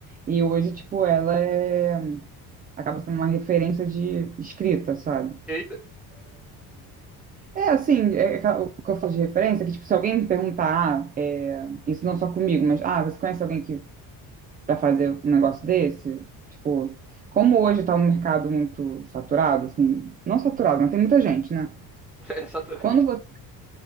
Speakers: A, on the right; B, in the centre.
A: E hoje, tipo, ela é, acaba sendo uma referência de escrita, sabe?
B: Eita,
A: É assim, é, é aquela- o que eu falo de referência, é que, tipo, se alguém me perguntar, ah, é, isso não só comigo, mas, ah, você conhece alguém que para fazer um negócio desse? Tipo, como hoje está um mercado muito saturado, assim, não saturado, mas tem muita gente, né?
B: <laughs> é saturado.
A: Quando você